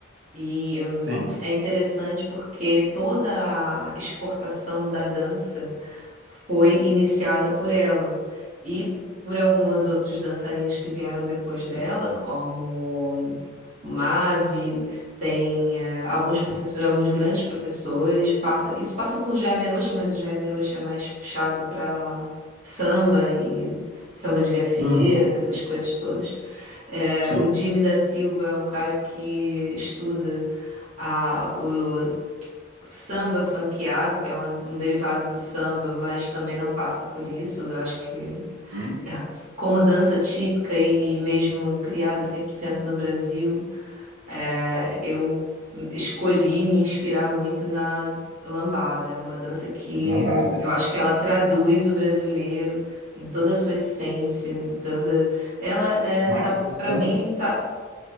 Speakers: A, on the right (about 40°); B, on the right (about 65°).
A: E hum,
B: sim,
A: é interessante porque toda a exportação da dança foi iniciada por ela e por algumas outras dançarinas que vieram depois dela, como Mave, tem eh, alguns professores, alguns grandes professores, passa, isso passa por Jaime Arocha, mas o Jaime Arocha é mais puxado para samba e samba de gafieira,
B: uhum,
A: essas coisas todas. Eh,
B: sim,
A: o Jimmy da Silva é um cara que estuda a- o samba funkeado, que é uma- um derivado do samba, mas também não passa por isso. Eu acho que,
B: hum,
A: é, como dança típica e mesmo criada 100% no Brasil. É, eu escolhi me inspirar muito na lambada. É uma dança que
B: lambada,
A: eu acho
B: sim.
A: que ela traduz o brasileiro em toda a sua essência, em toda. Ela é,
B: Mas
A: tá
B: o samba?
A: para mim tá.